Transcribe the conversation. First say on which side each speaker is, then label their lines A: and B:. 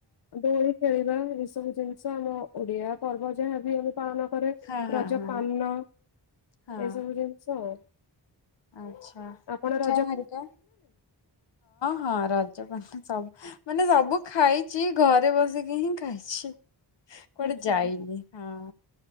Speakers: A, on the left; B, on the left.
A: ଦୋଳି ଖେଳିବା ଏଇ ସବୁ ଜିନିଷ ଆମ ଓଡିଆ ପର୍ବ ଯାହାବ ଆମେ ପାଳନ କରେ
B: ହଁ ହଁ
A: ରଜ
B: ହଁ
A: ପାନ
B: ହଁ
A: ଏଇ ସବୁ ଜିନିଷ ଆଉ
B: ଆଚ୍ଛା
A: ଆପଣ ର
B: <unintelligible> ହଁ ହଁ ରଜବ ସବୁ ମାନେ ସବୁ ଖାଇଛି ଘରେ ବସିକି ହିଁ ଖାଇଛି। କଆଡ
A: ଆଚ୍ଛା
B: ଯାଇନି ହଁ